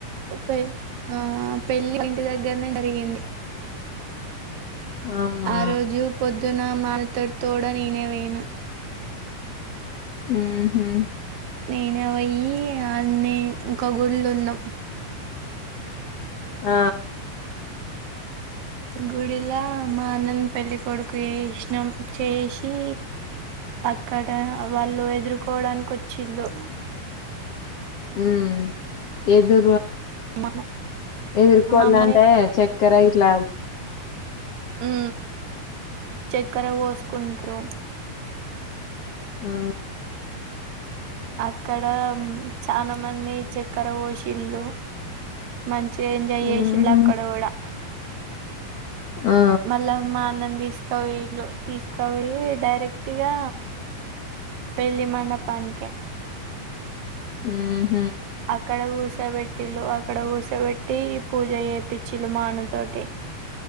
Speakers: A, on the right (about 70°); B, on the left (about 70°).
A: పె అహ పెళ్ళి ఇంటి దగ్గరనే జరిగింది
B: అవునా
A: ఆ రోజు పొద్దున మాతోటి తోడ ననే వేణ
B: ఉహు
A: నేనే అయిి అన్నీ ఇంకా గుళ్ళ ఉన్నాం
B: ఆ
A: గుడిలా మా అన్నన్న పెళ్లి కొొడుకు చేసినం చేసి అక్కడ వాళ్ళు ఎదుర్కోవడానికి వచ్చిళ్ళు
B: ఉ ఎదు
A: మా
B: ఎదుర్కలాంటే
A: మమ్మనే
B: చక్కరయి ఇట్ల
A: ఉ చక్కెర పోసుకుంటారు
B: ఆ
A: అక్కడ చాలా మంది చక్కెర ఓషిల్లు మంచిగా ఎంజాయ్ చేసిళ్ళు
B: ఉహు
A: అక్కడ కూడా
B: ఆ
A: మళ్లమ్మా ఆనంది వీళు తీసుకవి డైరెక్ట్గా పెళ్లిి మండపానికిే
B: హ్మ్మ్
A: అక్కడ ఊసబెట్టిళు అక్కడ ఊసబెట్టి పూజ చేపిచ్చిళు మాన్న తోటి